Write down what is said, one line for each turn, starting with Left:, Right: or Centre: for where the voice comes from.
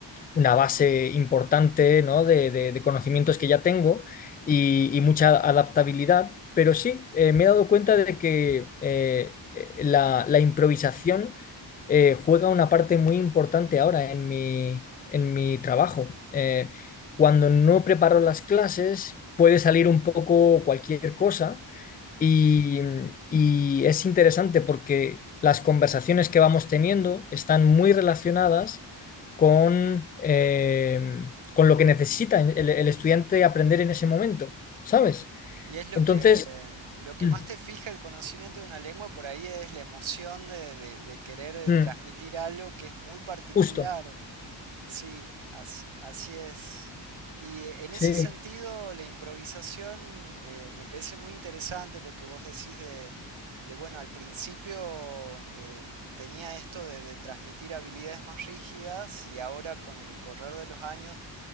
Left: una base importante, ¿no? de, de- de conocimientos que ya tengo y, y mucha adaptabilidad, pero sí, eh, me he dado cuenta de que eh, eh, la, la improvisación eh, juega una parte muy importante ahora en mi, en mi trabajo. Eh, cuando no preparo las clases, puede salir un poco cualquier cosa y, y es interesante porque las conversaciones que vamos teniendo están muy relacionadas con, eh, con lo que necesita el, el estudiante aprender en ese momento, ¿sabes?
Right: Y es lo
Left: Entonces,
Right: que, lo que
Left: mm,
Right: más te fija el conocimiento de una lengua, por ahí es la emoción de, de- de querer
Left: mm,
Right: transmitir algo que es muy particular.
Left: justo,
Right: Sí, así, así es. Y eh, en ese
Left: sí.
Right: sentido, la improvisación eh, me parece muy interesante lo que vos decís de, de bueno, al principio eh, tenía esto de, de transmitir habilidades más rígidas y ahora con el correr de los años